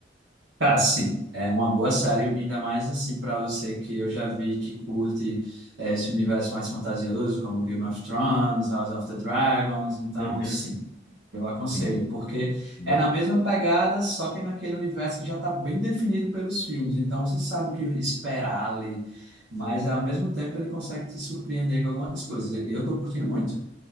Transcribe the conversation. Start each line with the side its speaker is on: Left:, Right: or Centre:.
Right: Cara, sim, é uma boa série, ainda mais assim para você que eu já vi que curte eh, esse universo mais fantasioso, como Game of Thrones, House of the Dragons, então
Left: Uhum.
Right: sim, eu aconselho,
Left: Sim,
Right: porque
Left: bom.
Right: é na mesma pegada, só que naquele universo que já está bem definido pelos filmes, então você sabe o que esperar ali, mas ao mesmo tempo ele consegue te surpreender com algumas coisas. Eu estou curtindo muito.